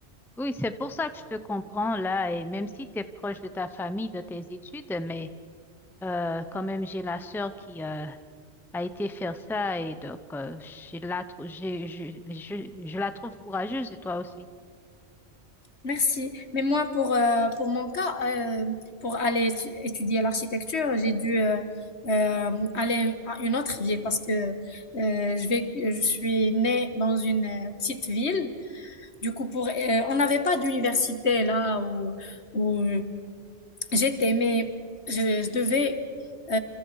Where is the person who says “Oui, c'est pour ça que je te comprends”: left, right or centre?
Centre